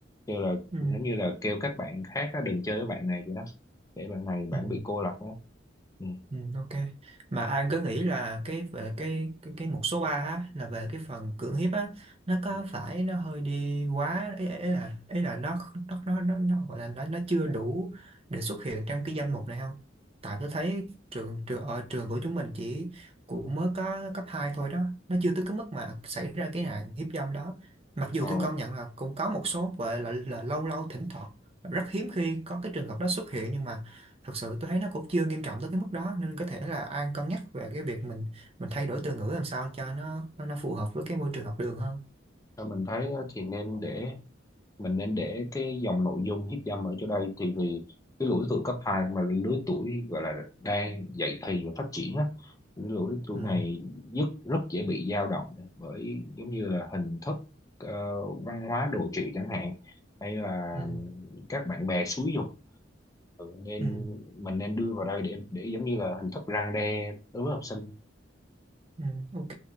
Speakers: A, on the left; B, on the right.
A: kêu là
B: Ừ.
A: giống như là kêu các bạn khác á, đừng chơi với bạn này vậy đó để bạn này bạn
B: Ừ,
A: bị cô lập đó ừ.
B: ừ, ok mà anh cứ nghĩ là cái về cái cái, cái mục số 3 á, là về cái phần cưỡng hiếp á nó có
A: ừ.
B: phải nó hơi đi quá ấy, ấy là ấy là nó nó nó nó, nó gọi là nó, nó chưa đủ để xuất hiện trong cái danh mục này không tại tôi thấy trường trường ở trường của chúng mình chỉ cũng mới có cấp 2 thôi đó nó chưa tới cái mức mà xảy ra cái nạn hiếp dâm đó mặc dù
A: ờ,
B: tôi công nhận là cũng có một số gọi là, là lâu lâu thỉnh thoảng rất hiếm khi có cái trường hợp đó xuất hiện nhưng mà thật sự tôi thấy nó cũng chưa nghiêm trọng tới cái mức đó nên có thể là An cân nhắc về cái việc mình mình thay đổi từ ngữ làm sao cho nó nó, nó phù hợp với cái môi trường học đường hơn
A: theo mình thấy á, thì nên để mình nên để cái dòng nội dung hiếp dâm ở chỗ đây thì vì cái lứa tuổi cấp hai mà lứa tuổi gọi là đang dậy thì và phát triển á cái lứa tuổi
B: ừ.
A: này rất rất dễ bị dao động bởi giống như là hình thức ờ, văn hóa đồ trị chẳng hạn hay là
B: Ừ.
A: các bạn bè xúi giục Ừ, nên
B: Ừ.
A: mình nên đưa vào đây để để giống như là hình thức răn đe đối với học sinh
B: Ừ, ok.